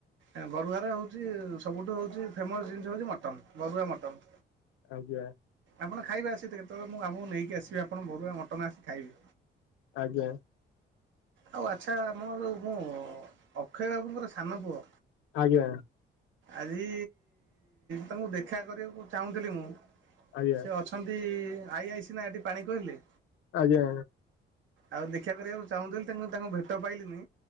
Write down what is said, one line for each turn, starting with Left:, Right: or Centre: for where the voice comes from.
Right: ଏଁ ବରୁଆଁରେ ହଉଚି ସବୁଠୁ ହଉଚି ଫେମସ୍ ଜିନିଷ ହଉଛି ମଟନ୍ ବରୁଆଁ ମଟନ୍।
Left: ଆଜ୍ଞା।
Right: ଆପଣ ଖାଇବେ ଆସିକି ତ କେତବେଳେ ମୁଁ ଆମୁକୁ ନେଇକି ଆସିବି ଆପଣ ବରୁଆଁ ମଟନ ଆସିକି ଖାଇବେ।
Left: ଆଜ୍ଞା।
Right: ଆଉ ଆଚ୍ଛା ଆମନ ଯୋଉ ମୋ ଅକ୍ଷୟ ବାବୁଙ୍କର ସାନ ପୁଅ
Left: ଆଜ୍ଞା।
Right: ଆଜି ତମୁକୁ ଦେଖା କରିବାକୁ ଚାହୁଁଥିଲି ମୁଁ
Left: ଆଜ୍ଞା
Right: ସେ ଅଛ ହନ୍ତି ଆଇ ଆଇ ସି ନା ଏଠି ପାଣି କୋଇଲିଲେ
Left: ଆଜ୍ଞା ଆଜ୍ଞା।
Right: ଆଉ ଦେଖିଆ କରିବାକୁ ଚାହୁଁଥିଲି ତେଣୁ ତାଙ୍କ ଭେଟ ପାଇଲିନି।